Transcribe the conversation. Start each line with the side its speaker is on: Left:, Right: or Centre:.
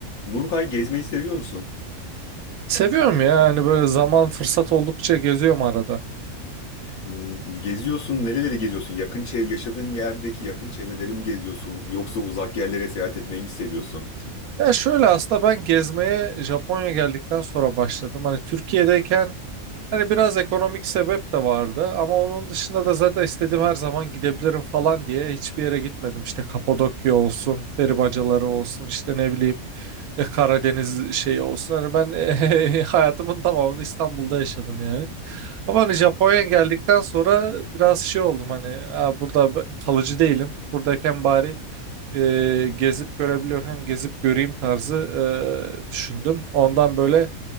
Left: Nurkay gezmeyi seviyor musun?
Right: Seviyorum ya hani böyle zaman fırsat oldukça geziyorum arada.
Left: Hmm, Geziyorsun, nereleri geziyorsun? Yakın çev yaşadığın yerdeki yakın çevreleri mi geziyorsun? Yoksa uzak yerlere seyahat etmeyi mi seviyorsun?
Right: Ya şöyle aslında ben gezmeye Japonya geldikten sonra başladım. Hani Türkiye'deyken Hani biraz ekonomik sebep de vardı ama onun dışında da zaten istediğim her zaman gidebilirim falan diye hiçbir yere gitmedim. İşte Kapadokya olsun, peri olsun, işte ne bileyim e, Karadeniz şeyi olsun. Hani ben <laughs> eh, hayatımın tamamını İstanbul'da yaşadım yani. Ama hani Japonya'ya geldikten sonra biraz şey oldum hani "Aa, burada b- kalıcı değilim. Buradayken bari e, gezip görebiliyorken gezip göreyim tarzı e, düşündüm. Ondan böyle